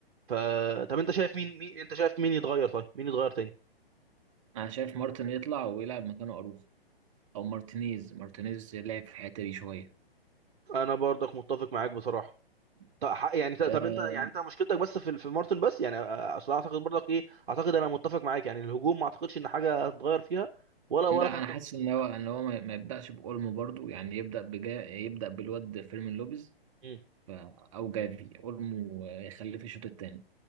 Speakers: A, on the right; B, on the right.
A: ف طب انت شايف مين مين انت شايف مين يتغير طيب مين يتغير تاني
B: انا شايف مارتن يطلع ويلعب مكانه اروخ او مارتينيز مارتينيز لعب في الحته دي شويه
A: انا برضك متفق معاك بصراحه طب ح- يعني ط-
B: أه
A: طب انت يعني انت مشكلتك بس في في مارتن بس يعني آه، اصل اعتقد برضك ايه اعتقد انا متفق معاك يعني الهجوم ما اعتقدش ان حاجه هتتغير فيها ولا ولا
B: لا
A: خط
B: انا حاسس
A: الوسط.
B: ان هو ان هو ما ما يبداش باولمو برضو يعني يبدا بجا يبدا بالواد فيرمين لوبيز
A: مم.
B: ف... او جافي اولمو آه، يخليه في الشوط الثاني